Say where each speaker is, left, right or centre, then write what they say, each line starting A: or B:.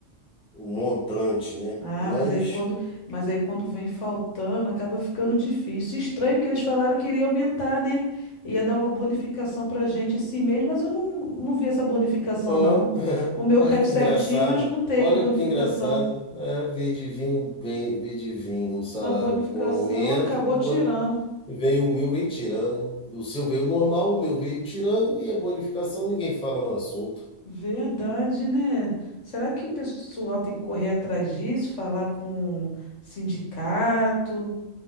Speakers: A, in the centre; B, on the left (about 65°).
A: um montante, né?
B: Ah,
A: Mas
B: mas aí quando, mas aí quando vem faltando, acaba ficando difícil. Estranho que eles falaram que iria aumentar, né? Ia dar uma bonificação pra gente esse mês, mas eu não, não vi essa bonificação,
A: Ó,
B: não.
A: <laughs>
B: O meu
A: olha
B: caiu
A: que
B: certinho,
A: engraçado,
B: mas não teve
A: olha
B: bonificação.
A: que engraçado. É, veio de vir um bem, veio de vir um salário
B: A bonificação
A: com aumento,
B: acabou
A: com
B: tirando.
A: boni, veio o meu, vem tirando. O seu veio normal, o meu veio tirando e a bonificação ninguém fala no assunto.
B: Verdade, né? Será que o pessoal tem que correr atrás disso, falar com sindicato?